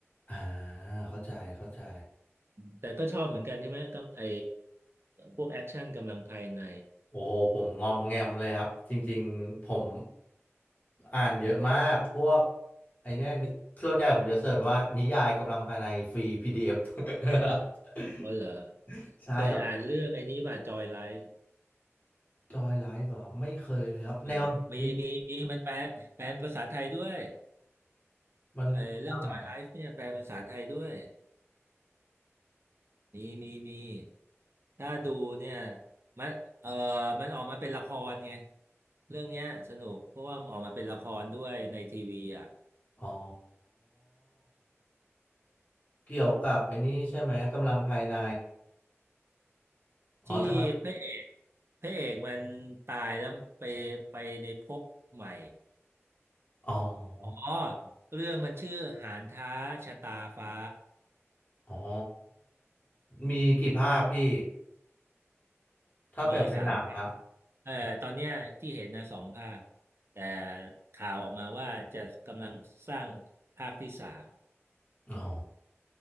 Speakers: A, on the left (about 35°); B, on the right (about 55°).
A: อ่าเข้าใจเข้าใจ
B: แต่ก็ชอบเหมือนกันใช่ไหมก็ไอพวกแอคชั่นกำลังภายใน
A: โอ้โหผมงอมแงมเลยครับจริงๆผมอ่านเยอะมากพวกไอเนี้ยนิส่วนใหญ่ผมจะเสิร์ชว่านิยายกำลังภายในฟรี PDF <laughs>
B: อ๋อเหรอ
A: ใช่ครับ
B: เคยอ่านเรื่องไอ้นี้ป่ะจอยไลฟ์
A: จอยไลฟ์เหรอครับไม่เคยเลยครับแนวไหนพี่
B: เออมีมีมีมันแปลแปลเป็นภาษาไทยด้วย
A: มันแนวไหนอะ
B: ไอเรื่องจอยไลฟ์เนี่ยแปลเป็นภาษาไทยด้วยมีมีมีถ้าดูเนี่ยมันเออมันออกมาเป็นละครไงเรื่องเนี้ยสนุกเพราะว่ามันออกมาเป็นละครด้วยในทีวีอ่ะ
A: อ๋อเกี่ยวกับไอ้นี่ใช่ไหมกำลังภายในอ๋อแต่มัน
B: ที่พระเอกพระเอกมันตายแล้วไปไปในภพใหม่
A: อ๋อ
B: อ๋อเรื่องมันชื่อหานท้าชะตาฟ้า
A: อ๋อมีกี่ภาคพี่ถ้าแบบเป็นหนังอะ
B: มีสามภาคเอ่อตอนเนี้ยที่เห็นนะสองภาคแต่ข่าวออกมาว่าจะกำลังสร้างภาคที่สาม
A: อ๋อ